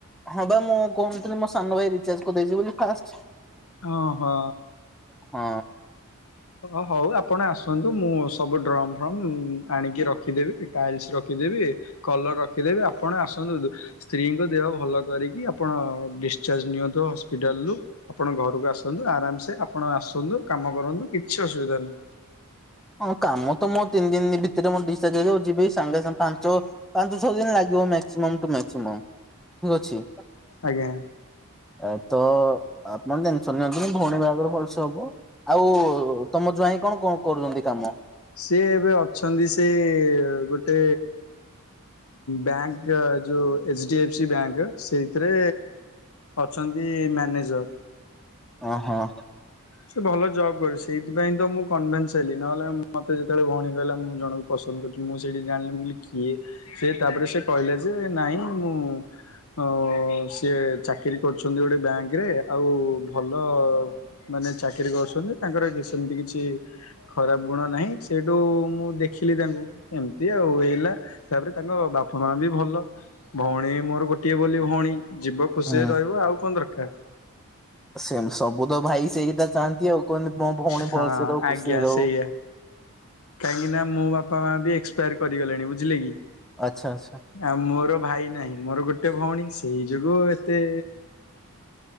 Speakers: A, in the centre; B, on the left.
A: ହଁ ବା ମୁଁ କହୁନଥିଲି ମୋ ସାନ ଭାଇ ରିଚାର୍ଜ କରିଦେଇଛି ବୋଲି ଫାଷ୍ଟ।
B: ଓହୋ।
A: ହଁ।
B: ହ ହଉ ଆପଣ ଆସନ୍ତୁ ମୁଁ ସବୁ ଡ୍ରମ୍ ଫ୍ରମ ଆଣିକି ରଖିଦେବି ଟାଇଲ୍ସ ରଖିଦେବି କଲର ରଖିଦେବି ଆପଣ ଆସନ୍ତୁ ସ୍ତ୍ରୀଙ୍କ ଦେହ ଭଲ କରିକି ଆପଣ ଡି ଚାର୍ଜ ନିଅନ୍ତୁ ହସ୍ପିଟାଲରୁ ଆପଣ ଘରକୁ ଆସନ୍ତୁ ଆରାମସେ ଆପଣ ଆସନ୍ତୁ କାମ କରନ୍ତୁ। କିଛି ଅସୁବିଧା ନାହିଁ।
A: ହଁ କାମ ତ ମୁଁ ତିନି ଦିନ ଭିତରେ ମୁଁ ଦିସଚାର୍ଜ ଯିବି ସାଙ୍ଗେ ସାଙ୍ଗେ ପାଞ୍ଚ ପାଞ୍ଚ ଛଅ ଦିନ ଲାଗିବ ମ୍ୟାକ୍ସିମମ୍ ଟୁ ମ୍ୟାକ୍ସିମମ୍ ଠିକ୍ ଅଛି।
B: ଆଜ୍ଞା
A: ଆଉ ତ ଆପଣ ଟେନସନ ନିଅନ୍ତୁନି ଭଉଣୀ ବାହାଘର ଭଲସେ ହବ। ଆଉ ତମ ଜୁଆଇଁ କଣ କଣ କରୁଛନ୍ତି କାମ?
B: ସିଏ ଏବେ ଅଛନ୍ତି ସେ ଗୋଟେ ବ୍ୟାଙ୍କ ଯୋଉ H D F C bank ସେଇଥିରେ ଅଛନ୍ତି ମ୍ୟାନେଜର୍।
A: ହଁ-ହଁ।
B: ସେ ଭଲ ଜବ୍ କରିବେ ସେଇଥିପାଇଁ ତ ମୁଁ କନଭେନ୍ସ ହେଲି ନହେଲେ ମତେ ଯେତେବେଳେ ଭଉଣୀ କହିଲା ମୁଁ ଜଣକୁ ପସନ୍ଦ କରୁଛି ମୁଁ ସେଇଠି ଜାଣିଲି ମୁ କହିଲି କିଏ ସେ ତାପରେ ସେ କହିଲା ଯେ ନାଇଁ ମୁଁ ଅଁ ସିଏ ଚାକିରି କରୁଚନ୍ତି ଗୋଟେ ବ୍ୟାଙ୍କରେ ଆଉ ଭଲ ମାନେ ଚାକିରି କରୁଚନ୍ତି ତାଙ୍କର ଗି ସେମିତି କିଛି ଖରାପ ଗୁଣ ନାହିଁ। ସେଇଠୁ ମୁଁ ଦେଖିଲି ତାଙ୍କୁ ଏମିତି ଆଉ ହେଲା। ତାପରେ ତାଙ୍କ ବାପା ମା ବି ଭଲ। ଭଉଣୀ ମୋର ଗୋଟିଏ ବୋଲି ଭଉଣୀ ଯିବ ଖୁସିରେ
A: ହୁଁ।
B: ରହିବ ଆଉ କଣ ଦରକାର।
A: ସେମ୍ ସବୁ ତ ଭାଇ ସେଇଟା ଚାହାନ୍ତି ଆଉ। କୁହନ୍ତି ମୋ ଭଉଣୀ
B: ହଁ
A: ଭଲସେ ରହୁ ଖୁସିରେ
B: ଆଜ୍ଞା
A: ରହୁ।
B: ସେଇଆ କାହିଁକି ନା ମୋ ବାପା ମା ବି ଏ ଏକ୍ସପାୟାରି କରିଗଲେଣି ବୁଝିଲେ କି।
A: ଆଚ୍ଛା ଆଚ୍ଛା।
B: ଆ ମୋର ଭାଇ ନାହିଁ ମୋର ଗୋଟେ ଭଉଣୀ ସେଇ ଯୋଗୁ ଏତେ